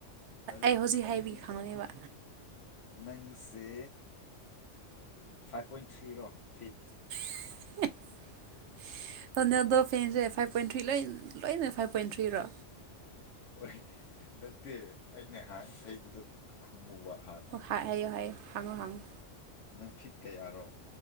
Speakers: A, on the left (about 85°); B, on the right (about 75°).
A: ꯑꯗꯨ
B: ꯑꯩ ꯍꯧꯖꯤꯛ
A: ꯑꯗꯨꯗꯤ
B: ꯍꯥꯏꯕꯤ ꯈꯪꯒꯅꯦꯕ
A: ꯅꯪꯁꯦ ꯐꯥꯏꯚ ꯄꯣꯏꯟ ꯊ꯭ꯔꯤꯔꯣ ꯐꯤꯠ
B: <inaudible> ꯑꯗꯨꯅ ꯑꯗꯣ ꯐꯦꯟꯁꯦ ꯐꯥꯏꯚ ꯄꯣꯏꯟ ꯊ꯭ꯔꯤ ꯂ ꯂꯣꯏꯅ ꯐꯥꯏꯚ ꯄꯣꯏꯟ ꯊ꯭ꯔꯤꯔꯣ
A: ꯑꯣꯏ ꯅꯠꯇꯦ ꯑꯩꯅꯍꯥꯛ ꯍꯩꯕꯗꯣ ꯈꯨꯝꯃꯨꯕ ꯍꯥꯟꯅ
B: ꯍꯥꯏꯌꯨ ꯍꯥꯏꯌꯨ ꯍꯪꯉꯣ ꯍꯥꯡꯉꯣ
A: ꯅꯪ ꯐꯤꯠ ꯀꯌꯥꯔꯣ